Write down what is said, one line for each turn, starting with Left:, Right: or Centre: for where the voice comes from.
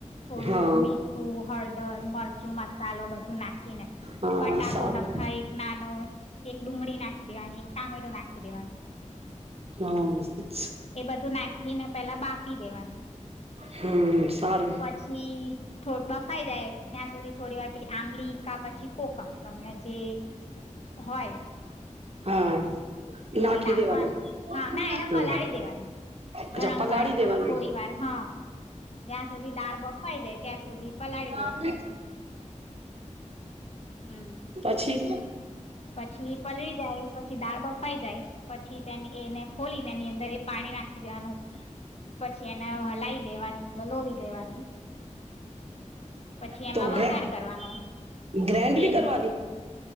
Left: થોડું
Right: હા
Left: મીઠું હળદર મરચું મા ચાલો બધ નાખીને
Right: હા
Left: બટાકો
Right: સારું
Left: નાખાય એક નાનો એક ડુંગળી નાખી દેવા એક ટામેટો નાખી <unintelligible> દવાનું
Right: હા
Left: એ બધું નાખીને પેલા બાફી દેવાનું
Right: હમ સારું
Left: પછી થો બફાઈ જાય ત્યાં સુધી થોડી વાર પેલી આંબલી કા પછી કોકમ તમને જે હોય
Right: હા નાખી
Left: એ રાખવાનું
Right: દેવાનું
Left: હા ના એને
Right: હમ
Left: પલાળી દેવાનું ગરમ
Right: અચ્છા પલાળી
Left: પાણીમાં
Right: દેવાનું
Left: થોડી વાર હા જ્યાં સુધી દાળ બફવાઈ જાય ત્યાં સુધી પલાળી
Right: હું
Left: દેવાની હમ
Right: પછી
Left: પછી પલળી જાય પછી દાળ બફાઈ જાય પછી તેની એને ખોલીને એની અંદર એ પાણી નાખી દેવાનું પછી એને હલાઈ દેવાની વલોવી દેવાની પછી
Right: તો
Left: એમાં
Right: ગ્રે
Left: વઘાર કરવાનો
Right: ગ્રેન્ડ
Left: તેલ
Right: બી કરવાની